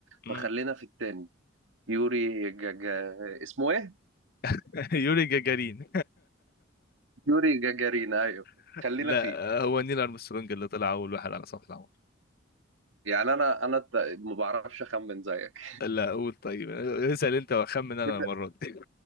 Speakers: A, on the left; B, on the right.
A: مم.
B: فخلينا في التاني يوري جاجا اسمه ايه
A: <laughs> يوري جاجارين
B: يوري جاجارين ايوه
A: <laughs>
B: خلينا
A: لا
B: فيه
A: هو نيل أرمسترونج اللي طلع أول واحد على سطح القمر
B: يعني انا انا الت- ما بعرفش اخمن زيك
A: لا قول طيب اسأل انت واخمن انا
B: كده
A: المرة دي